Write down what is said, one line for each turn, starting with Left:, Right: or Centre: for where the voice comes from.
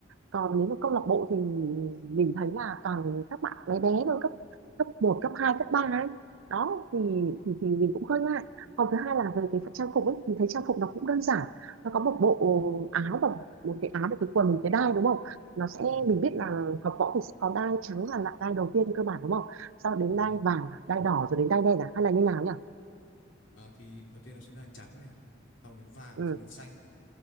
Right: còn nếu mà câu lạc bộ thì mình thấy là toàn các bạn bé bé thôi cấp cấp một cấp 2 cấp 3 ấy đó thì thì thì mình cũng hơi ngại còn thứ hai là về cái trang phục ấy mình thấy trang phục nó cũng đơn giản nó có một bộ áo và một cái áo một cái quần một cái đai đúng không nó sẽ
Left: đúng rồi
Right: mình biết là học võ thì sẽ có đai trắng là lại đai đầu tiên cơ bản đúng không sau đến
Left: đúng
Right: đai
Left: rồi,
Right: vàng
Left: đúng rồi.
Right: đai đỏ rồi đến đai đen à hay là như nào nhỉ
Left: À, thì đầu tiên nó sẽ là trắng này xong đến vàng
Right: ừ
Left: xong đến xanh